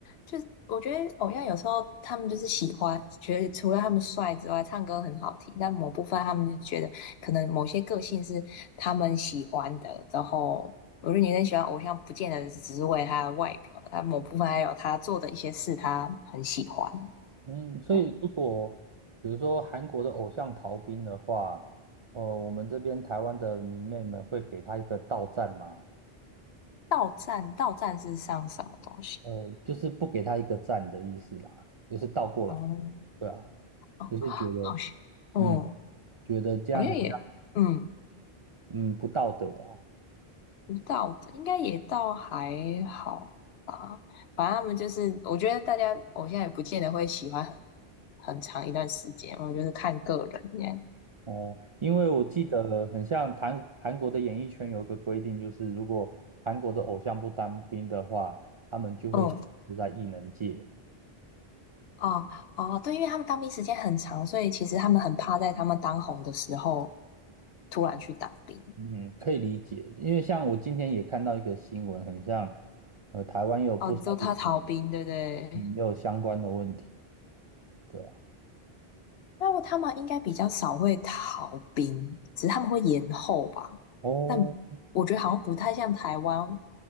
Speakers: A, on the left; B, on the right.
A: 就是，我觉得偶像有时候他们就是喜欢，觉得除了他们帅之外，唱歌很好听，但某部分他们就觉得可能某些个性是他们喜欢的。然后我觉得女生喜欢偶像，不见得只是为他的外表，他某部分还有他做的一些事，他很喜欢。
B: 嗯，所以如果比如说韩国的偶像逃兵的话，
A: 对，
B: 呃，我们这边台湾的迷妹们会给他一个倒站吗？
A: 到站到站是上什么东西？
B: 呃，就是不给他一个赞的意思啦，就是倒过来，
A: 哦
B: 对啊，
A: 哦，
B: 就是觉得，
A: 好像，嗯，
B: 嗯，觉得这样很，
A: 好像也，嗯。
B: 嗯，不道德啦。
A: 不到的应该也倒还好吧，反正他们就是，我觉得大家偶像也不见得会喜欢很很长一段时间，我觉得是看个人这样。
B: 哦，因为我记得很像韩韩国的演艺圈有一个规定，就是如果韩国的偶像不当兵的话，他们就会消失在艺能界。
A: 嗯，嗯哦哦，对，因为他们当兵时间很长，所以其实他们很怕在他们当红的时候突然去当兵。
B: 嗯，可以理解，因为像我今天也看到一个新闻，很像，呃，台湾也有不少艺人
A: 哦，之后他逃兵，对不对？
B: 嗯也有相关的问题。对啊，
A: 那他们应该比较少会逃兵，只是他们会延后吧。
B: 哦，
A: 但我觉得好像不太像台湾，